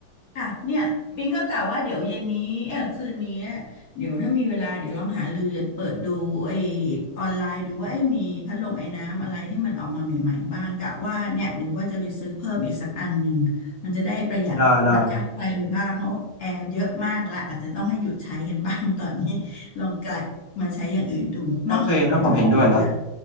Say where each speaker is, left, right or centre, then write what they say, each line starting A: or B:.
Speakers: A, on the left; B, on the left.
A: ค่ะเนี่ยปิงก็กะว่าเดี๋ยวเย็นนี้เออคืนนี้เดี๋ยวถ้ามีเวลาเดี๋ยวลองหาเรือเปิดดูไอออนไลน์ดูว่าไอยมีพัดลมไอน้ำอะไรที่มันออกมาใหม่ๆบ้างกะว่าเนี่ยเดี๋ยวว่าจะไปซื้อเพิ่มอีกสักอันหนึ่งมันจะได้ประหยัด
B: ได้ได้
A: ค่าไฟไปบ้างเพราะแอร์เยอะมากแล้วอาจจะต้องให้หยุดใช้กันบ้างตอนนี้ลองกะมาใช้อย่างอื่นดูเนาะเดี๋ยวต้องขออนุญาต
B: โอเคนะผมเห็นด้วยนะ